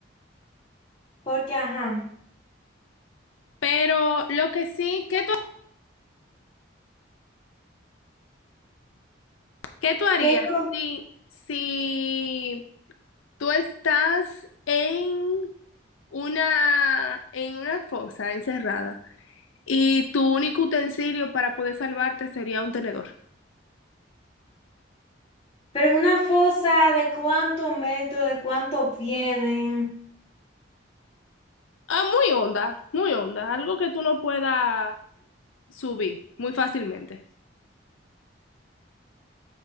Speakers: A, on the left; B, on the left.
A: Porque, ajá.
B: Pero lo que sí, ¿qué tú, qué tú harías
A: que yo-
B: si, si tú estás en una, en una fosa encerrada y tu único utensilio para poder salvarte sería un tenedor?
A: Pero en una fosa de cuántos metros, de cuántos pies. de-
B: Ah, muy honda, muy honda, algo que tú no puedas subir muy fácilmente.